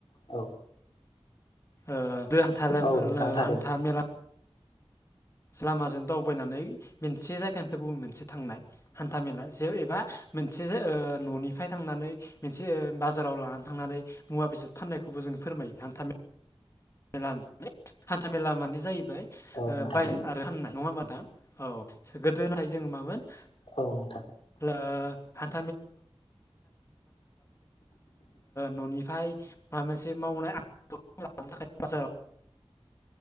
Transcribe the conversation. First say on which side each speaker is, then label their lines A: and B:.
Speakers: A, on the left; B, on the left.
A: औ
B: ओ दु <unintelligible>
A: औ नोंथां थारैनो
B: हान्था मेला लामाजों दावबायनानै मोनसे जायगानिफ्राय गुबुन मोनसे थांनाय हान्था मेला जे एबा मोनसे ओ न'निफ्राय थांनानै मोनसे ओ बाजाराव लानानै थांनानै मुवा बेसाद फाननायखौबो जों फोरमायो हान्थामे मेला <unintelligible> हान्था-मेला माने जायो फ्राय ओ
A: औ नोंथां
B: बाय आरो फाननाय नङा होमबा दा औ गोदोनाय जोंङो मामोन
A: औ नोंथां
B: ओ <unintelligible> <unintelligible> न'निफ्राय माबा मोनसे मावनाय <unintelligible>